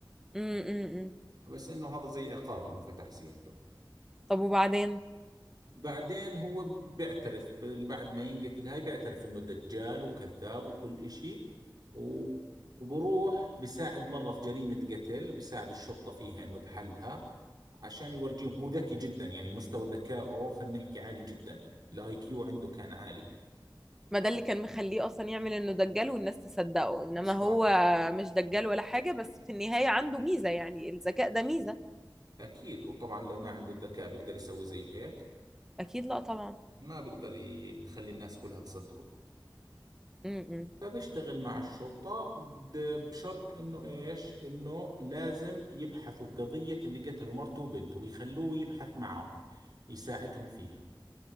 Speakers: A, in the centre; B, on the right.
A: امم
B: بس انه هذا زي عقاب انه فتح سيرته
A: طب وبعدين
B: بعدين هو بيعترف بال- بعد ما ينقتل هاي بيعترف انه دجال وكذاب وكل اشي و- وبروح بساعد مرة في جريمة قتل بساعد الشرطة فيها انه بحلها عشان يورجيهم هو ذكي جدا يعني مستوى ذكائه خلينا نحكي عالي جدا الاي كيو عنده كان عالي
A: ما ده اللي كان مخليه اصلا يعمل انه دجال والناس تصدقه انما
B: صح
A: هو مش دجال ولا حاجة بس في النهاية عنده ميزة يعني الذكاء ده ميزة
B: اكيد وطبعا لو ما عنده الذكاء بيقدر يسوي زي هيك
A: اكيد لا طبعا
B: ما بيقدر ي- يخلي الناس كلها تصدقه
A: امم
B: فبيشتغل مع الشرطة ب- بشرط انه ايش انه لازم يبحثوا في قضية اللي قتلوا مرته وبنته ويخلوه يبحث معاهم يساعدهم فيها